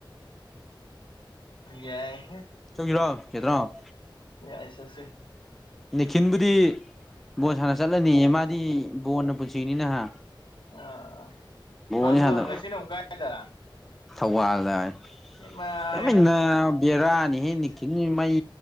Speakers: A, on the left; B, in the centre.
A: ꯌꯥꯏꯍꯦ
B: ꯆꯧꯁꯤꯔꯣ ꯀꯦꯗ꯭ꯔꯣ
A: ꯌꯥꯏꯁꯁꯦ
B: ꯈꯤꯟꯕꯨꯗꯤ ꯕꯣꯟ ꯁꯥꯟꯅ ꯆꯠꯂꯅꯤ ꯃꯥꯗꯤ ꯕꯣꯟꯅ ꯄꯨꯟꯁꯤꯅꯤꯅꯍ
A: ꯑꯥ ꯃꯥ
B: ꯅꯤ
A: ꯕꯣꯜ
B: ꯍꯅ
A: ꯉꯁꯤꯅ ꯑꯃꯨꯛ ꯀꯥꯏꯗ
B: ꯊꯧꯕꯥꯜꯗꯅ
A: ꯏꯃꯥꯏ
B: ꯕꯦꯔꯥꯅꯤ ꯍꯦꯅꯤ ꯀꯈꯤ ꯃꯩ